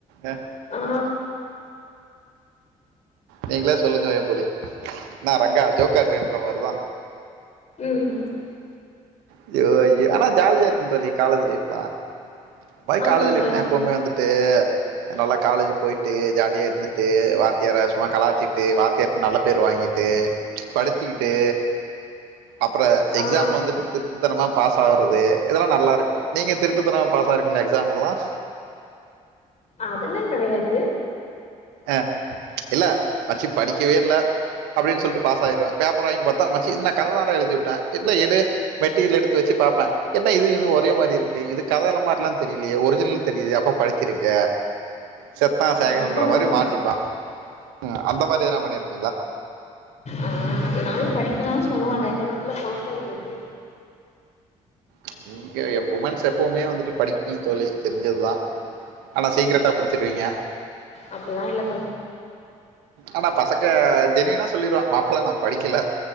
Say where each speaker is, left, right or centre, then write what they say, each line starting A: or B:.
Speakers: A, on the right (about 85°); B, on the left (about 50°).
A: ஆஹ்
B: ஆ
A: நீங்களே சொல்லுங்க வேம்புலி, என்ன ரங்கா ஜோக்காட்ரியான்ற மாரிதா
B: உம் ஹும்
A: அய்யோ அய்யோ ஆனா ஜாலியா இருக்குன் தோழி காலேஜ் லைஃப்லா பாய்
B: ஆமா
A: காலேஜ்
B: தோழா
A: லைஃப்னா எப்பவுமே வந்துட்டு நல்லா காலேஜு போயிட்டு ஜாலியா இருந்துட்டு வாத்தியார சும்மா கலாய்ச்சிட்டு வாத்தியார்ட்ட நல்ல பேர் வாங்கிட்டு ச் படிச்சுக்கிட்டு அப்புறம் எக்ஸாம்ல
B: ஆ
A: வந்துட்டு திருட்த்தனமா பாஸ் ஆவுறது இதெல்லாம் நல்லாருக்கும் நீங்க திருட்டு தன மா பாஸ் ஆயிருக்கிங்களா எக்ஸாம்லல்லாம்
B: அதெல்லாங் கெடையாது
A: ஆஹ் ச் இல்ல மச்சி படிக்கவே இல்ல அப்டின்னு சொல்ட்டு பாஸ் ஆயிருவேன் பேப்பர் வாங்கி பாத்தா மச்சி இது நா கததான்ட எழுதி வுட்டேன் இல்ல எடு மெட்டீரியல் எடுத்து வச்சு பாப்பேன் என்னா இது இதுவும் ஒரே மாரி இருக்கு இது கத எழுதுன மாரில்லாம் தெரிலயே ஒரிஜினல் தெரியுதே அப்ப படிச்சிருக்க செத்தான் சேகரன்
B: ஆமா
A: ர மாரி
B: ஆமா
A: மாட்டிப்பான் அந்தமாரி வேன் பண்ணிருக்
B: ஆஹ் நாங்க படிக்கலான்னு சொல்லுவோ ஆனா ஏதோ அதல்லா பாஸ் ஆகி வந்து
A: ச் நீங்க உமன்ஸ் எப்பவுமே வந்துட்டு படிப்பீங்க தோழி தெரிஞ்சதுதான் ஆனா சீக்ரட்டா படிச்சிருவீங்க
B: அப்பல்லா இல்ல தோழா
A: ஆனா பசங்க ஜெனியுனா சொல்லிடுவோ மாப்ள நான் படிக்கல